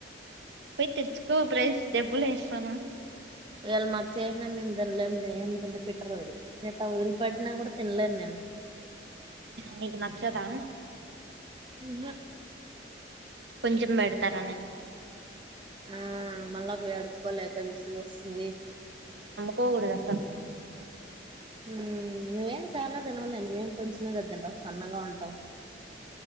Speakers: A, on the right (about 75°); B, on the right (about 25°).
A: పోయ్ తెచ్చుకో ప్రైస్ డబ్బులు వేస్తాను.
B: ఎల్ మట్ చేసిన మేం తిన్లేం లే ఎంద్క్ దాంట్లో పెట్రోల్ రేప్ పగ్గుల్ పట్టిన కూడా తిన్లేే నేన్
A: మీకు నచ్చదా
B: హు హ్మ్
A: కొంచెం పెడతారా నేను
B: ఆ మళ్ళా బోయ్ అడుకోలేక్ <unintelligible> వస్తుంది
A: కోకూడదు అసల్
B: మ్మ్ నువ్వేం చాలా తినవ్లే నువ్వేం కొంచెమే కాద తింటావ్స్ సన్నగా ఉంటావ్